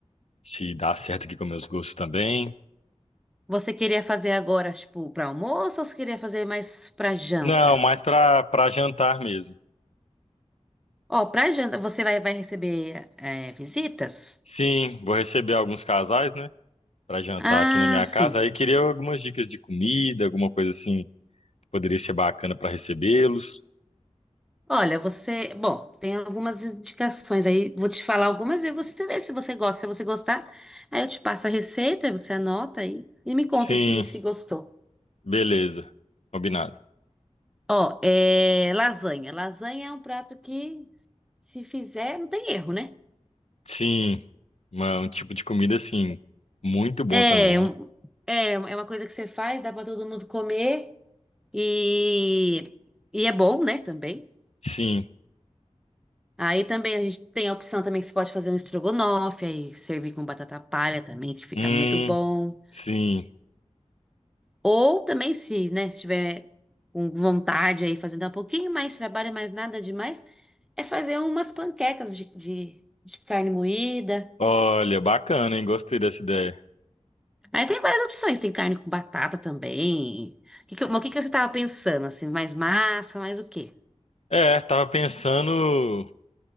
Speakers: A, on the left; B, in the centre.
A: se dá certo aqui com meus gostos também.
B: Você queria fazer agora, tipo, para almoço ou você queria fazer mais para janta?
A: Não, mais para para jantar mesmo.
B: Ó, para janta, você vai, vai receber é, visitas?
A: Sim, vou receber alguns casais, né, para jantar
B: Ah,
A: aqui na minha
B: sim.
A: casa. Aí queria algumas dicas de comida, alguma coisa assim que poderia ser bacana para recebê-los.
B: Olha, você. Bom, tem algumas indicações aí, vou te falar algumas e você vê se você gosta. Se você gostar, aí eu te passo a receita, você anota aí e me conta
A: Sim.
B: se, se gostou.
A: Beleza, combinado.
B: Ó, é lasanha. Lasanha é um prato que, se fizer, não tem erro, né?
A: Sim, uma- um tipo de comida assim, muito bom
B: É,
A: também, né?
B: um- é, é uma coisa que você faz, dá pra todo mundo comer e, e é bom, né, também.
A: Sim,
B: Aí também a gente tem a opção também que você pode fazer um estrogonofe, aí servir com batata palha também, que fica
A: hum,
B: muito bom.
A: sim.
B: Ou também se, né, se tiver com vontade aí, fazendo um pouquinho mais de trabalho, mas nada demais, é fazer umas panquecas de, de, de carne moída.
A: Olha, bacana, hein? Gostei dessa ideia.
B: Aí tem várias opções, tem carne com batata também. O que que- mas o que que você tava pensando, assim, mais massa, mais o quê?
A: É, tava pensando